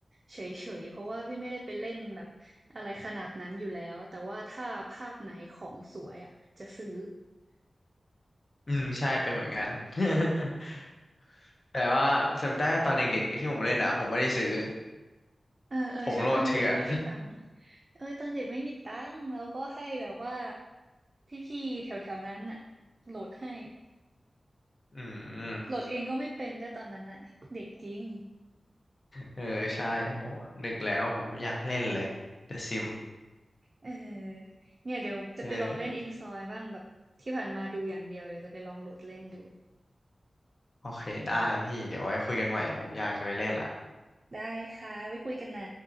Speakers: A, on the right; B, on the left.
A: เฉยๆเพราะว่าพี่ไม่ได้ไปเล่นแบบอะไรขนาดนั้นอยู่แล้วแต่ว่าถ้าภาพไหนของสวยอะจะซื้อ
B: อืมใช่เป็นเหมือนกัน <laughs> แต่ว่าจำได้ตอนเด็กๆที่ผมเล่นอ่ะผมไม่ได้ซื้อ
A: <laughs> เออเออใช่ตอนเด็กไม่มีตังค์
B: ผมโหลดเถื่อน
A: เออตอนเด็กไม่มีตังค์แล้วก็ให้แบบว่าพี่ๆแถวๆนั้นอะโหลดให้
B: <laughs> อืม
A: โหลดเองก็ไม่เป็นด้วยตอนนั้นน่ะเด็กจริง
B: เออใช่โหนึกแล้วผมอยากเล่นเลย The Sim
A: เออเนี่ยเดี๋ยวจะไปลองเล่นอินซอยบ้างแบบที่ผ่านมาดูอย่างเดียวเดี๋ยวจะไปลองโหลดเล่นดู
B: เออโอเคได้พี่เดี๋ยวไว้คุยกันใหม่ผมอยากจะไปเล่นละ
A: ได้ค่ะไว้คุยกันนะ